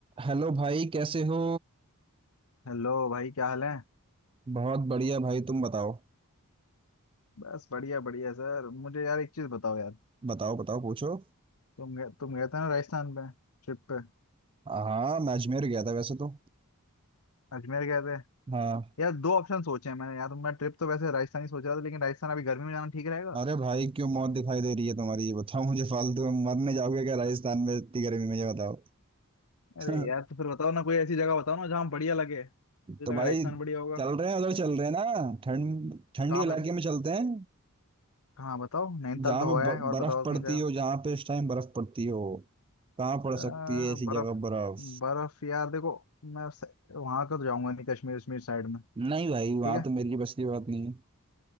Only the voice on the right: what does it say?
हेलो भाई कैसे हो
बहुत बढ़िया भाई तुम बताओ
बताओ बताओ पूछो
हाँ मैं अजमेर गया था वैसे तो
हाँ
अरे भाई क्यों मौत दिखाई दे रही है तुम्हारी ये बताओ मुझे फालतू में मरने जाओगे क्या राजस्थान में इतनी गर्मी में ये बताओ <laughs>
तो
भाई
चल रहे हैं उधर चल रहे हैं ना ठंड ठंडी
इलाके
में चलते हैं
जहाँ
पे
ब-
बर्फ
पड़ती
हो जहाँ पे इस टाइम बर्फ पड़ती हो कहाँ पड़
सकती है ऐसी
जगह बर्फ
नहीं भाई
वहां
तो मेरी बस की बात नहीं